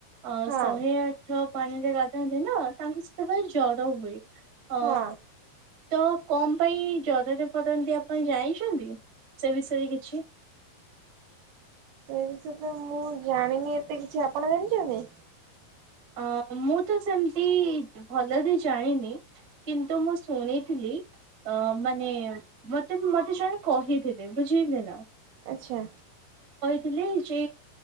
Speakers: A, on the right; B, on the right.
A: ଅ
B: ହଁ
A: ଶହେ ଆଠ ପାଣିରେ ଗାଧାନ୍ତି ନା ତାଙ୍କୁ ସେତେବେଳେ ଜର ହୁଏ। ଅ
B: ହଁ।
A: ତ କଣ ପାଇଁ ଜରରେ <unintelligible> ପାଇଁ ଯାଇଛନ୍ତି ସେ ବିଷୟରେ କିଛି
B: ସେ ବିଷୟରେ ମୁଁ ଜାଣିନି ଏତେ କିଛି। ଆପଣ ଜାଣିଚନ୍ତି?
A: ଅ ମୁଁ ତ ସେମିତି ଭଲରେ ଜାଣିନି କିନ୍ତୁ ମୁଁ ଶୁଣିଥିଲି ଅ ମାନେ ମତେ ମତେ ଜଣେ କହିଥିଲେ ବୁଝିିଲେ ନା।
B: ଆଚ୍ଛା।
A: ଥିଲେ ଯେ